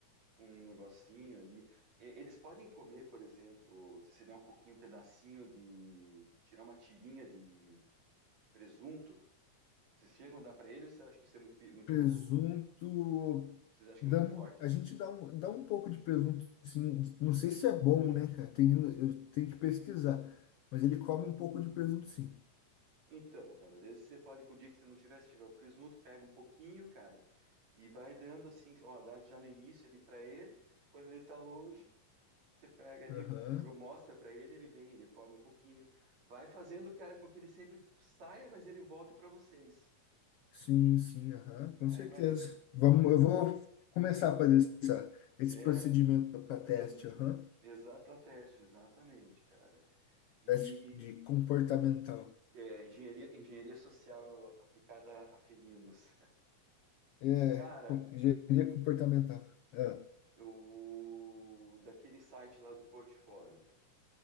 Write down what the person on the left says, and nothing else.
Presunto.
dá
mu- a gente dá um, dá um pouco de presunto, sim. Não sei se é bom, né, cara? Tem, eu tenho que pesquisar. Mas ele come um pouco de presunto, sim.
Aham.
Sim, sim, aham. Com
certeza.
Vamos, eu vou começar a fazer essa, esse
procedimento para
teste, aham.
Teste de comportamental.
É,
com- engenharia comportamental. É.